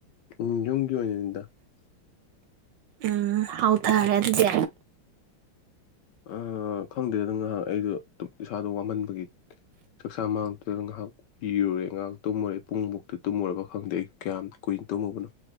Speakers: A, on the left; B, on the right.
A: ꯎꯝ ꯌꯨꯝꯒꯤ ꯑꯣꯏꯅꯅꯤꯗ
B: ꯎꯝ ꯍꯥꯎ ꯊꯥꯔꯦ ꯑꯗꯨꯗꯤ
A: ꯑꯥ ꯈꯪꯗꯦ ꯗꯨꯝ ꯉꯥꯏꯍꯥꯛ ꯑꯩꯗꯣ ꯏꯁꯥꯗꯣ ꯋꯥꯃꯟꯕꯩꯒꯤ ꯆꯥꯛꯆꯥ ꯃꯥꯡꯛꯇꯨꯅ ꯉꯥꯏꯍꯥꯛ ꯏꯔꯨꯔꯦ ꯉꯥꯏꯍꯥꯛ ꯇꯨꯝꯃꯨꯔꯦ ꯄꯨꯡꯃꯨꯛꯇ ꯇꯨꯝꯃꯨꯔꯕ ꯈꯪꯗꯦ ꯑꯩ ꯀꯌꯥꯝꯏ ꯀꯨꯏꯅ ꯇꯝꯃꯨꯕꯅꯣ